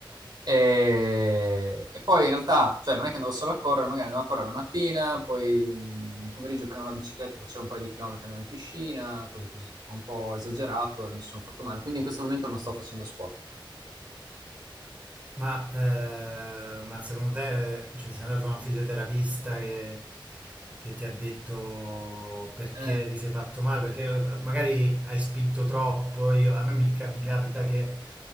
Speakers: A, on the right; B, on the right.
A: E, e poi in realtà, cioè non è che andavo solo a correre, magari andavo a correre la mattina, poi mh, pomeriggio prendevo la bicicletta, facevo un paio di chilometri, andavo in piscina, cose così. Ho un po' esagerato e mi sono fatto male, quindi in questo momento non sto facendo sport.
B: Ma, eh, ma secondo te, cioè, sei andato da un fisioterapista che, che ti ha detto perché
A: Eh.
B: ti sei fatto male? Perché magari hai spinto troppo. Io- a me mi, ca- mi capita che